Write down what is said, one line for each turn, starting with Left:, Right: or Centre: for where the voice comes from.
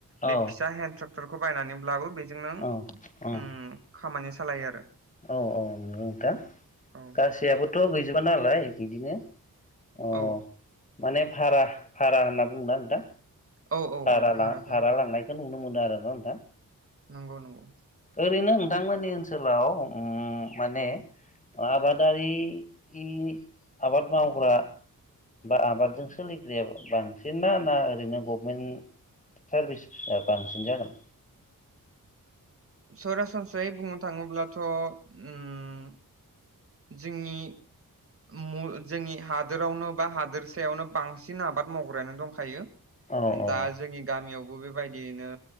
Right: बे
Left: औ
Right: फिसा हेन्द ट्रेक टरखौ बायनानैब्लाबो बेजों नो उम
Left: औ औ
Right: खामानि सालायो आरो
Left: औ औ नोंथां गा-गासैयाबोथ'
Right: औ
Left: गैजो बा नालाय बिदिनो अ
Right: औ
Left: माने भारा भारा होनना बुंङोना नोंथां?
Right: औ औ
Left: भारा
Right: औ भाराखौनो
Left: भारा
Right: बुंजागोन
Left: लांनायखौ नुनो मोनो आरो <unintelligible>
Right: नंगौ नंगौ।
Left: ओरैनो नोंथांमोननि ओनसोलाव उम माने आबादारि इ आबाद मावग्रा बा आबादजों सोलिग्राया बा-बांसिनना ना ओरैनो गभमेन्ट सारभिसआ बांसिन जागोन?
Right: सरासनस्रायै बुंनो थाङोब्लाथ' उम जोंनि मु जोंनि हादोरावनो बा हादोरसायावनो बांसिन आबाद मावग्रायानो दंखायो।
Left: ओ औ औ
Right: दा जोंनि गामियावबो बे बायदियैनो